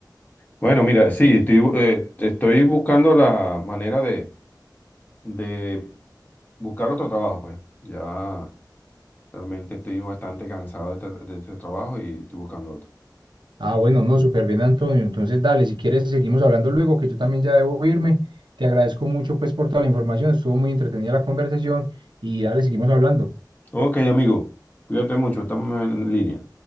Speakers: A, on the left (about 25°); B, on the right (about 85°).
A: Bueno, mira, sí, estoy, bu- eh, estoy buscando la manera de, de buscar otro trabajo, pues. Ya realmente estoy bastante cansado de este, de este trabajo y estoy buscando otro.
B: Ah, bueno, no, súper bien, Antonio. Entonces, dale, si quieres, seguimos hablando luego, que yo también ya debo irme. Te agradezco mucho, pues, por toda la información. Estuvo muy entretenida la conversación y dale, seguimos hablando.
A: Ok, amigo, cuídate mucho, estamos en línea.